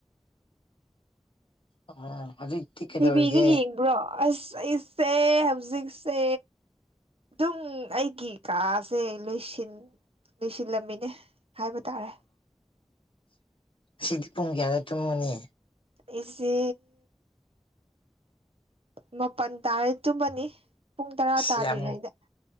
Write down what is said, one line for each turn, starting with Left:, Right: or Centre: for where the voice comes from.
Left: ꯑꯣ ꯍꯧꯖꯤꯛꯇꯤ ꯀꯩꯗꯧꯔꯤꯒꯦ
Right: ꯇꯤꯚꯤꯒ ꯌꯦꯡꯕ꯭ꯔꯣ ꯑꯁ ꯑꯩꯁꯦ ꯍꯧꯖꯤꯛꯁꯦ ꯑꯗꯨꯝ ꯑꯩꯒꯤ ꯀꯥꯁꯦ ꯂꯣꯏꯁꯤꯟ ꯂꫭꯏꯁꯤꯟꯂꯝꯃꯤꯅꯦ ꯍꯥꯏꯕ ꯇꯥꯔꯦ
Left: ꯁꯤꯗꯤ ꯄꯨꯡ ꯀꯌꯥꯗ ꯆꯨꯝꯃꯅꯤ
Right: ꯑꯩꯁꯦ ꯃꯥꯄꯟ ꯇꯥꯔꯦ ꯆꯨꯝꯃꯅꯤ ꯄꯨꯡ ꯇꯔꯥ
Left: ꯑꯁ
Right: ꯇꯥꯗ꯭ꯔꯤꯉꯩꯗ
Left: ꯌꯥꯝ